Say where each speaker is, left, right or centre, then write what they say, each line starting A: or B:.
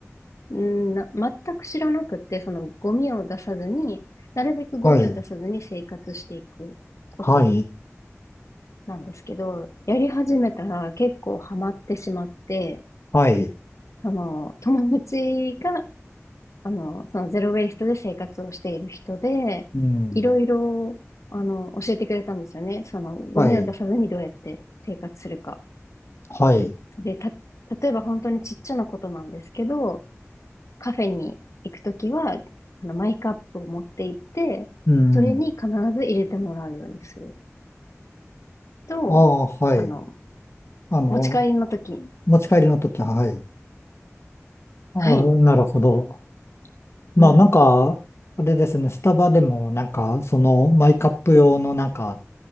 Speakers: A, on the left; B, on the left.
A: んな、全く知らなくて、そのゴミを出さずに、なるべくゴミを出さずに生活していくこと。
B: はい。はい。
A: なんですけど、やり始めたら結構ハマってしまって、
B: はい。
A: あの、友達が、あの、そのゼロウェイストで生活をしている人で、
B: うん。
A: いろいろ、あの、教えてくれたんですよね。その、ゴミを出さずにどうやって生活するか。
B: はい。はい。
A: で、た、例えば本当にちっちゃなことなんですけど、カフェに行くときは、あの、マイカップを持って行って、
B: うん。
A: それに必ず入れてもらうようにすると、
B: ああ、はい。
A: あの、
B: あの、
A: 持ち帰りのとき、
B: 持ち帰りの時は、はい。ああ、
A: はい。
B: なるほど。まあ、
A: うん
B: なんか、あれですね、スタバでも、なんか、その、マイカップ用の、なんか、